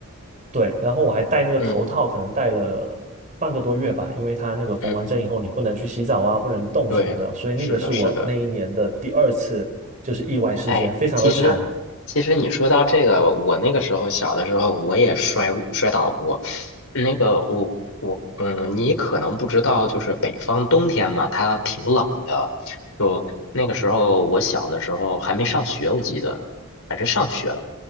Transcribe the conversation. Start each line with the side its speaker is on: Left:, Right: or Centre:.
Right: 对，然后我还戴那个头套，
Left: 嗯
Right: 可能戴了半个多月吧，因为它那个缝完针以后，
Left: 嗯，
Right: 你不能去洗澡啊，不能动什么的，
Left: 对，
Right: 所以那个是我那一年的第二次，
Left: 是的，是的。
Right: 就是意外事件，
Left: 哎，
Right: 非常的惨，
Left: 其实其实你说到这个，我那个时候小的时候我也摔过摔倒过。那个我我嗯，你可能不知道，就是北方冬天嘛，它挺冷的。就那个时候我小的时候还没上学，我记得还是上学了。